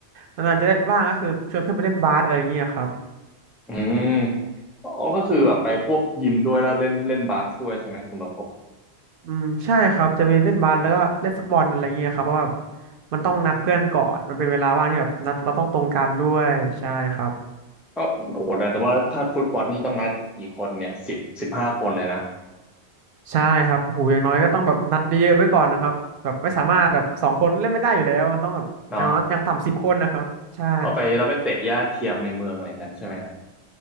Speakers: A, on the right; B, in the centre.
A: นานๆจะได้ว่างก็คือชวนเพื่อนไปเล่นบาสอะไรอย่างเงี้ยครับ
B: อืมอ๋อก็คือแบบไปพวกยิมด้วยแล้วเล่นเล่นบาสด้วยใช่ไหมคุณประภพ
A: อืมใช่ครับจะไปเล่นบาสแล้วก็เล่นฟุตบอลอะไรอย่างเงี้ยครับเพราะว่ามันต้องนัดเพื่อนก่อนมันเป็นเวลาว่างที่แบบนัดเราต้องตรงกันด้วยใช่ครับ
B: ก็โอ้โหแต่ว่าถ้าฟุตบอลนี่ต้องนัดกี่คนเนี่ยสิบสิบห้าคนเลยนะ
A: ใช่ครับโอ้โหูอย่างน้อยก็ต้องแบบนัดเยอะๆไว้ก่อนนะครับแบบไม่สามารถแบบสองคนเล่นไม่ได้อยู่แล้วมันต้องแบบอย่างน้อยอย่างต่ำสิบคนนะครับใช่
B: เนาะเราไปเราไปเตะหญ้าเทียมในเมืองอะไรเงี้ยใช่ไหมฮะ